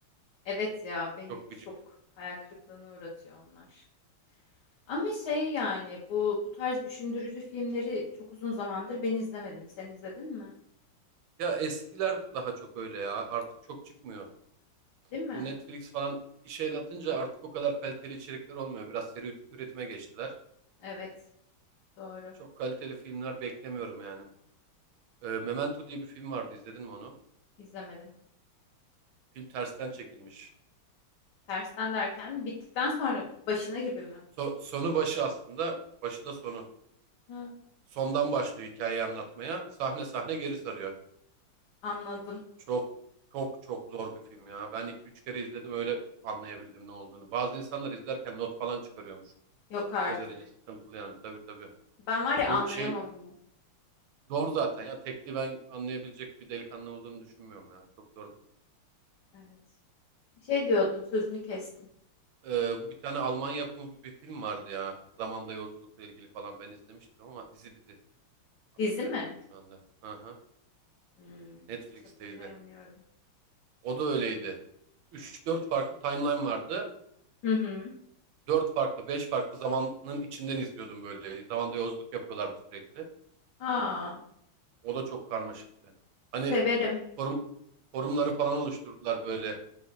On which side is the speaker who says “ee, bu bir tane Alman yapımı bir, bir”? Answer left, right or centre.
Right